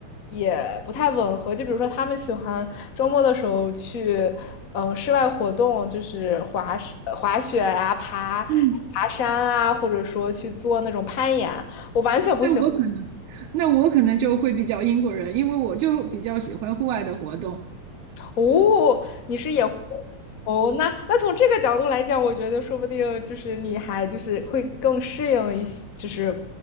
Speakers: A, on the left; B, on the right.
A: 也不太吻合。就比如说，他们喜欢周末的时候去嗯室外活动，就是滑滑雪啊、爬爬山啊，
B: 嗯。
A: 或者说去做那种攀岩。我完全不喜欢。
B: 那我可能，那我可能就会比较英国人，因为我就比较喜欢户外的活动，
A: 哦，你是野哦，那那从这个角度来讲，我觉得说不定就是你还就是会更适应一些，就是